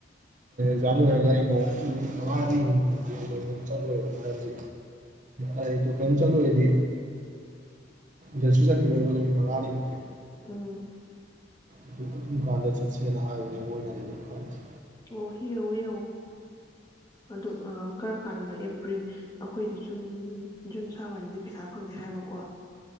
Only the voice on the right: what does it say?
ꯛꯖꯥ ꯂꯣꯏꯔꯒꯔꯤꯅꯣ ꯃꯉꯥꯅꯤ ꯆꯠꯂꯕ ꯃꯔꯝꯗꯤ ꯑꯩꯗꯣ ꯀꯔꯤꯝ ꯆꯠꯂꯨꯦꯗꯤ ꯖ ꯆꯠꯈꯤꯕ ꯃꯉꯥꯅꯤꯃꯨꯛꯇꯤ
ꯑꯗꯨ ꯑꯗꯨ ꯀꯥꯟꯗ ꯆꯠꯁꯦꯅ ꯍꯥꯏꯕꯅꯦ ꯃꯣꯏꯅꯗꯤꯀꯥꯟꯁꯤ